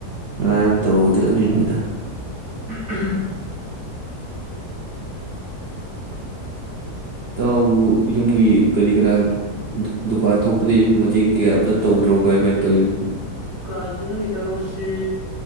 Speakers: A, on the right; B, on the right.
A: ꯈꯦꯥꯡ ꯇꯧꯕꯗ ꯅꯤꯗ
B: ꯎꯝ
A: ꯏꯥꯎ ꯌꯨꯝꯒꯤ ꯀꯔꯤ ꯀꯔ ꯗꯨꯀꯥꯟ ꯊꯣꯛꯄꯗ ꯌꯨꯝꯒꯤ ꯃꯇꯦꯡ ꯀꯌꯥ ꯑꯃꯇ ꯇꯧꯗ꯭ꯔꯣ ꯀꯥꯏ ꯀꯃꯥꯏꯅ ꯇꯧꯔꯤꯅꯣ
B: ꯑꯗꯨꯒꯗꯨꯀ ꯌꯨꯝꯒꯤ ꯊꯕꯛꯁꯤ